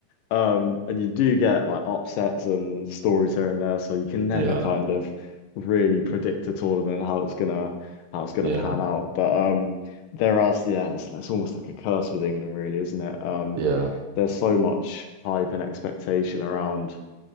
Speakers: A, on the left (about 75°); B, on the right (about 75°).
A: Um, and you do get like upsets and stories here and there, so you can never
B: Yeah,
A: kind of really predict a tournament how it's gonna how it's gonna
B: yeah,
A: pan out. But um, there is yeah, it's, it's almost like a curse with England, really, isn't it? Um,
B: yeah.
A: there's so much hype and expectation around